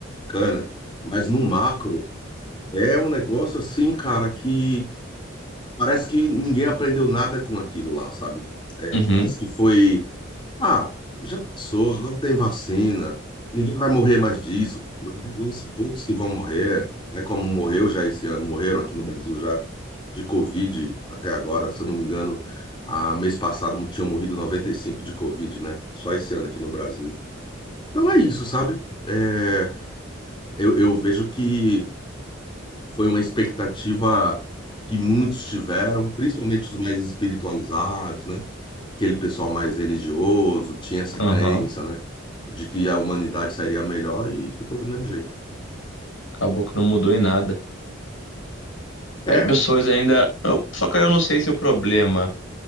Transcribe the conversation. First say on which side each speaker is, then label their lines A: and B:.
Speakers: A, on the left; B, on the left.
A: bacana, mas no macro é um negócio assim, cara, que parece que ninguém aprendeu nada com aquilo lá, sabe? É,
B: Uhum,
A: parece que foi Ah, já passou, agora tem vacina, ninguém vai morrer mais disso, vão ser poucos que vão morrer, né? Como morreu já esse ano, morreram aqui no Brasil já de Covid até agora, se eu não me engano, a mês passado tinham morrido 95 de Covid, né? Só esse ano aqui no Brasil. Então é isso, sabe? É, eu, eu vejo que foi uma expectativa que muitos tiveram, principalmente os mais espiritualizados, né? aquele pessoal mais religioso tinha essa
B: aham.
A: crença, né? De que a humanidade sairia melhor e ficou do mesmo jeito.
B: Acabou que não mudou em nada. As
A: É,
B: pessoas ainda. eu- Só que eu não sei se o problema.